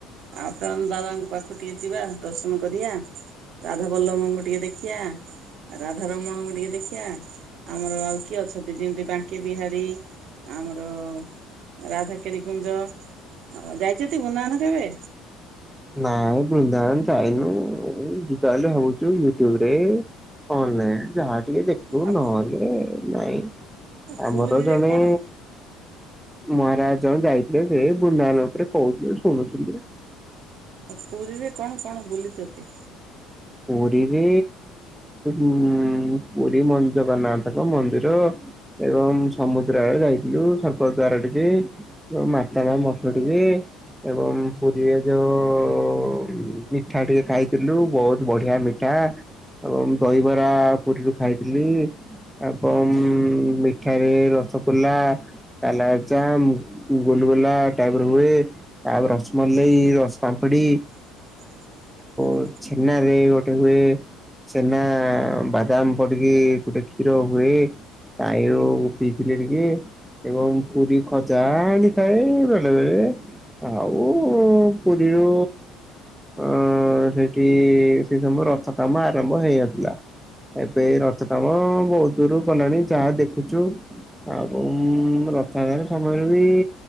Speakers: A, on the right (about 45°); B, in the centre.
A: ଆଉ ପ୍ରେମାନନ୍ଦ ବାବାଙ୍କ ପାଖକୁ ଟିକେ ଯିବା ଦର୍ଶନ କରିବା। ରାଧାବଲ୍ଲଭଙ୍କୁ ଟିକେ ଦେଖିଆ ରାଧା ରମଣଙ୍କୁ ଟିକେ ଦେଖି ବା ଆମର ଆଉ କିଏ ଅଛନ୍ତି ଯେମିତି ବାଙ୍କି ବିହାରୀ ଆମର ରାଧାକେରି କୁଞ୍ଜ ଆଉ ଯାଇଛନ୍ତି ବୃନ୍ଦାବନ କେବେ?
B: ନାଇଁ ବୃନ୍ଦାବନ ଯାଇନୁ ଉଁ ଯିବା ବୋଲି ଭାବୁଚୁ। ୟୁଟ୍ୟୁବରେ ଅନଲାଇନ୍ ଯାହା ଟିକେ ଦେଖୁ
A: ଆଉ
B: ନହେଲେ ନାଇଁ।
A: ପୁରୀରେ
B: ଆମର ଜଣେ
A: କଣ
B: ମହାରାଜ ଜଣେ ଯାଇଥିଲେ ସେ ବୃନ୍ଦାବନ ଉପରେ କହୁଥିଲେ ଶୁଣୁଥିଲୁ।
A: ଆଉ ପୁରୀରେ କଣ କଣ ବୁଲିଚନ୍ତି?
B: ପୁରୀରେ ଉଁ ପୁରୀ <unintelligible> ମନ୍ଦିର ଏବଂ ସମୁଦ୍ରଆଡ଼େ ଯାଇଥିଲୁ, ସ୍ବର୍ଗ ଦ୍ୱାର ଟିକେ ମାତା <unintelligible> ମଠ ଟିକେ ଏବଂ ପୁରୀରେ ଯୋଉ ଉଁ ମିଠା ଟିକେ ଖାଇଥିଲୁ ବହୁ ବଢିଆ ମିଠା ଏବଂ ଦହିବରା ପୁରୀରୁ ଖାଇଥିଲି ଏବଂ ମିଠାରେ ରସଗୋଲା କାଲାଯାମ୍ ଗୁଲୁଗୁଲା ଟାଇପର ହୁଏ। ତା ପରେ ରସ୍ ମଲେଇ, ରସ୍ ପାମ୍ପଡି
A: <unintelligible>
B: ଉ ଛେନାରେ ଗୋଟେ ହୁଏ ଛେନା ବାଦାମ ପଡିକି ଗୋଟେ କ୍ଷୀର ହୁଏ ତାହିଁରୁ ପିଇଥିଲି ଟିକେ ଏବଂ ପୁରୀ ଖଜା ଆଣିଥାଏ ବେଳେବେଳେ ଆଉ ପୁରୀରୁ ଅଁ ସେଠି ସେ ସମୟରେ ରଥ କାମ ଆରମ୍ଭ ହେଇନଥିଲା। ଏବେ ରଥ କାମ ବହୁତ ଦୂରୁ ଗଲାଣି ଯାହା ଦେଖୁଛୁ ଆଉ ଉଁ ରଥ <unintelligible> ସମୟରେ ବି